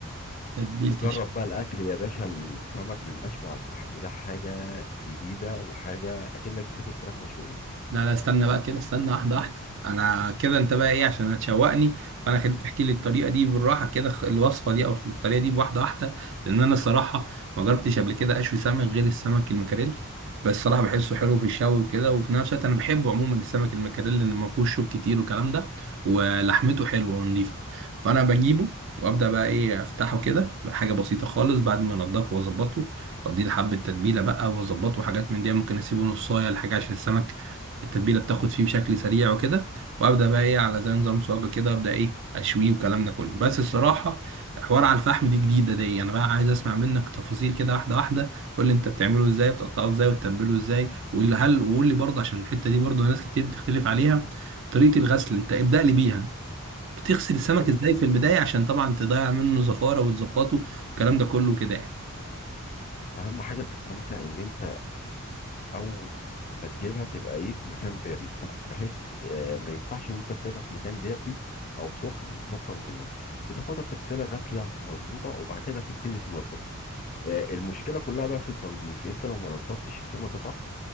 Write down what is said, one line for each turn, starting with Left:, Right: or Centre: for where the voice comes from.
Right: تتبيلتي
Left: وجرب بقى الاكل يا باشا السمك المشوي على الفحم ده حاجه جديده وحاجه اكنك بتاكل فراخ مشويه
Right: لا لا استنى بقى كده استنى واحدة واحدة انا كده انت بقى ايه عشان هتشوقني فانا خليك تحكي لي الطريقة دي بالراحة كده خ- الوصفة دي او الطريقة دي بواحدة واحدة لان انا الصراحة ما جربتش قبل كده اشوي سمك غير السمك المكاريل بس صراحة بحسه حلو في الشوي وكده وفي نفس الوقت انا بحبه عموما السمك المكاريل لان ما فيهوش شوك كتير والكلام ده ولحمته حلوة ونضيفة فانا بجيبه وابدا بقى ايه افتحه كده حاجه بسيطه خالص بعد ما انضفه واظبطه واديه حبه تتبيله بقى واظبطه وحاجات من دي ممكن اسيبه نصايه لحاجه عشان السمك التتبيله بتاخد فيه بشكل سريع وكده وابدا بقى ايه على زي نظام صاجه كده ابدا ايه اشويه والكلام ده كله بس الصراحه حوار على الفحم دي جديده دي انا بقى عايز اسمع منك تفاصيل كده واحده واحده قول لي انت بتعمله ازاي بتقطعه ازاي وتتبله ازاي وقول لي- هل وقول لي برضه عشان الحته دي برضه ناس كتير بتختلف عليها طريقه الغسل انت ابدا لي بيها بتغسل السمك
Left: بص
Right: ازاي في البدايه عشان طبعا تضيع منه زفاره وتظبطه والكلام ده كله كده يعني.
Left: اهم حاجه في السمكه ان انت اول ما تجيبها تبقى ايه في مكان بارد بحيث آه، ما ينفعش ان انت تسيبها في مكان دافي او سخن تتزفر منك بتاخدها بتغسلها غسله مظبوطه وبعد كده تبتدي تنضف آه، المشكله كلها بقى في التنظيف انت لو ما نضفتش السمكه صح